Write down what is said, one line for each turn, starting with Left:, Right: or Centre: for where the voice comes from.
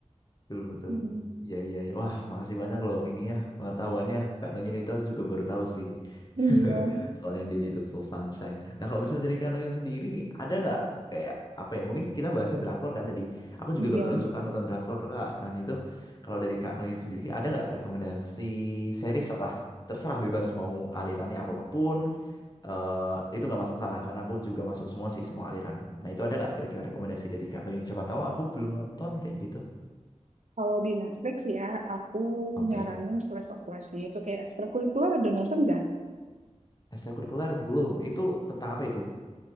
Left: Betul, betul.
Right: Mm-mm.
Left: Iya, iya, iya. Wah, makasih banyak loh ininya pengetahuannya. Kak Nonnya itu aku juga baru tahu sih.
Right: Iya,
Left: <laughs> Soalnya Daily the Soul Sunshine. Nah, kalau misalnya dari Kak Nonnya sendiri, ada nggak kayak apa ya? Mungkin kita bahasnya drakor kan tadi. Aku juga
Right: iya.
Left: kebetulan suka nonton drakor, Kak. Nah, itu kalau dari Kak Nonnya sendiri, ada nggak rekomendasi series lah? Terserah bebas mau alirannya apapun. Eh, itu nggak masalah karena aku juga masuk semua sih semua aliran. Nah itu ada nggak kira-kira rekomendasi dari Kak Noyun? Siapa tahu aku belum nonton kayak gitu.
Right: Kalau di Netflix ya, aku
Left: Oke.
Right: nyaranin Slice of Life-nya itu kayak ekstrakurikuler ada nonton nggak?
Left: Ekstrakurikuler belum. Itu tentang apa itu?